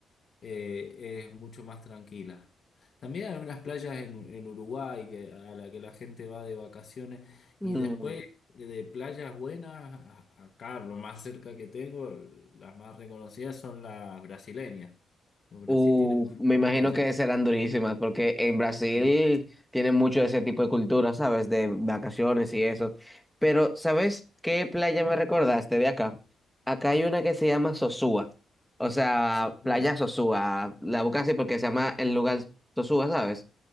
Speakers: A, on the left; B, in the centre.
A: eh, es mucho más tranquila. También hay unas playas en, en Uruguay que- a la que la gente va de vacaciones y
B: Mm.
A: después eh, de playas buenas, a- acá lo más cerca que tengo, las más reconocidas son las brasileñas. Brasil
B: Uf,
A: tiene muchas
B: me imagino
A: playas.
B: que serán durísimas, porque en Brasil
A: Sí.
B: tienen mucho de ese tipo de cultura, ¿sabes? De vacaciones y eso. Pero, ¿sabes qué playa me recordaste de acá? Acá hay una que se llama Sosúa. O sea,
A: Sucura.
B: playa Sosúa. La buscas así porque se llama el lugar Sosúa, ¿sabes?